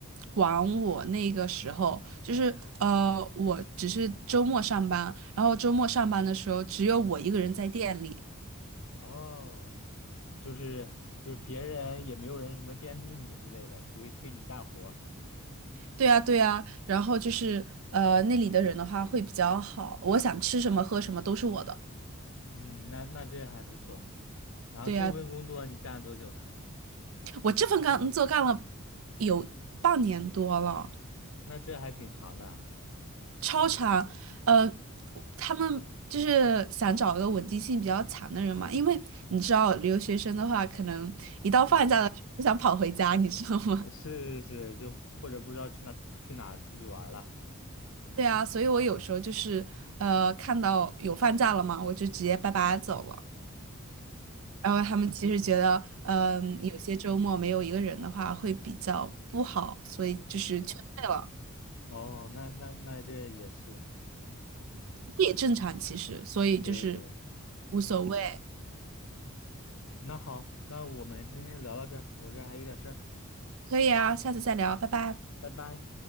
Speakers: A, on the right; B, on the left.
A: 管我那个时候，就是呃，我只是周末上班，然后周末上班的时候只有我一个人在店里。
B: 哦，就是就是别人也没有人什么监督你之类的，不会催你干活儿
A: 对呀，对呀，然后就是呃，那里的人的话会比较好，我想吃什么喝什么都是我的。
B: 嗯，那那这还不错。然后这份工作你干了多久呢？
A: 对呀，我这份工作干了有半年多了。
B: 那这还挺长的啊。
A: 超长，呃，他们就是想找个稳定性比较强的人嘛，因为你知道留学生的话，可能一到放假了就想跑回家，
B: 呃
A: 你知道吗？
B: 是是是，就或者不知道去哪去哪出去玩儿了。
A: <laughs> 对啊，所以我有时候就是呃，看到有放假了嘛，我就直接拜拜走了。然后他们其实觉得，
B: 嗯
A: 嗯、有些周末没有一个人的话会比较不好，所以就是劝退了，
B: 嗯，哦，那那那这也是，嗯，
A: 这也正常其实，所以就是
B: 对对，嗯，
A: 无所谓。
B: 那好，那我们今天聊到这儿，我这儿还有点事儿，
A: 可以啊，下次再聊，拜拜。
B: 拜拜。